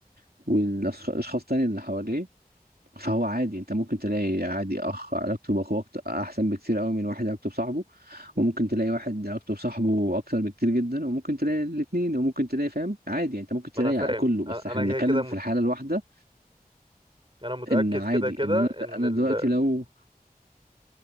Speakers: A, on the right; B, on the right.
A: والاشخاص تاني اللي حواليه فهو عادي انت ممكن تلاقي عادي اخ علاقته باخوه أكت- احسن بكتير قوي من واحد علاقته بصاحبه وممكن تلاقي واحد علاقته بصاحبه اكتر بكتير جدا وممكن تلاقي الاثنين وممكن تلاقي فاهم عادي يعني انت ممكن تلاقي
B: ما انا فاهم
A: على كله بس
B: انا
A: احنا
B: أنا
A: بنتكلم
B: كده كده مت...
A: في الحاله الواحده
B: انا متأكد
A: ان عادي
B: كده كده
A: ان انا
B: ان
A: انا
B: ال
A: دلوقتي لو